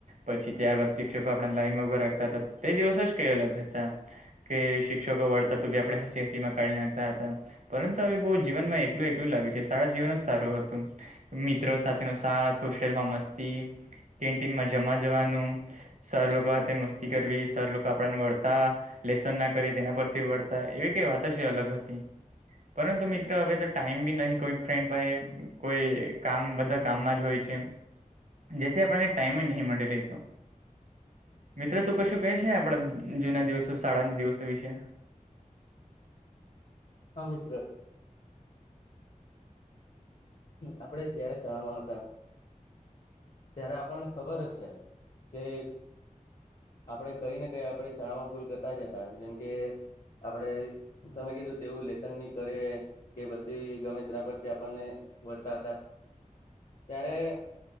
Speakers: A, on the right; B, on the left.
A: પછી ત્યારબાદ શિક્ષકો આપણાને લાઈનમાં ઊભા રાખતા હતા. તે દિવસ જ કઈ અલગ હતા.? કે શિક્ષકો વળતા તો બી આપણે હસી કાઢી નાખતા હતા પરંતુ હવે બહુ જીવનમાં એકલું એકલું લાગ્યું છે સારા જીવન જ સારું હતું. મિત્રો સાથેનો સાથ હોસ્ટેલમાં મસ્તી કેન્ટીનમાં જમા જવાનું. સર લોકો સાથેથે મસ્તી કરવી સર લોકો આપણને વળતા. લેસન ના કરી તેના પરથી વર્તા એવી કઈ વાત છે અલગ હતી. પરંતુ મિત્ર હવે તો ટાઈમ બી નહી કોઈ ફ્રેન્ડ પાહે, કોઈ કામ બધા કામમાં જ હોય જેથી આપણને ટાઈમ નહી મળી રે મિત્ર તું કશું કહે છે આપડા જૂના દિવસો શાળાના દિવસો વિશે?
B: હા મિત્ર! આપડે જયારે શળામાં હતા. ત્યારે આપણને ખબર જ છે કે આપણે કઈ ને કઈ આપણે શાળામાં ભૂલ કરતા જ હતા જેમ કે આપણે તમે કીધું તેવું લેસન ની કરે કે પછી ગમે તેના પરથી આપણને વળતા હતા ત્યારે